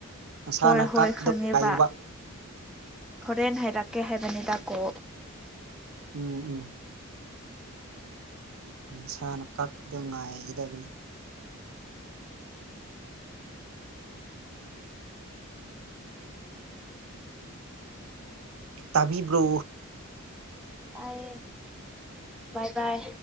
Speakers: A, on the right (about 70°); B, in the centre.
A: ꯃꯁꯥꯅ
B: ꯍꯣꯏ ꯍꯣꯏ
A: ꯀꯛꯄꯗꯣ
B: ꯈꯪꯉꯦꯕ
A: ꯉꯥꯏꯌꯨꯕ
B: ꯍꯣꯔꯦꯟ ꯍꯥꯏꯔꯛꯀꯦ ꯍꯥꯏꯕꯅꯤꯗ ꯀꯣ
A: ꯎꯝ ꯎꯝ ꯃꯁꯥꯅ ꯀꯛꯄꯗꯣ ꯉꯥꯏꯒꯗꯕꯅꯤ ꯇꯥꯕꯤꯕ꯭ꯔꯣ
B: ꯇꯥꯏ ꯕꯥꯏ ꯕꯥꯏ